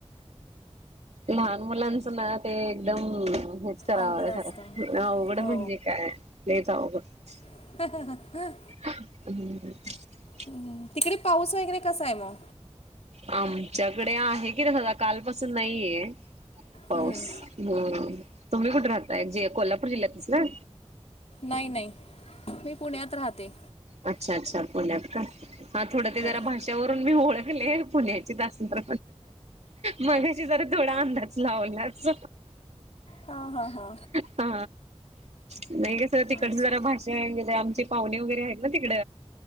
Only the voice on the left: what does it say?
अवघड असतं
हो
<unintelligible>
हूं तिकडे पाऊस वगैरे कसाय म
हम्म,
नाई नाई मी पुण्यात राहते.
हो
हा हा हा
अच्छा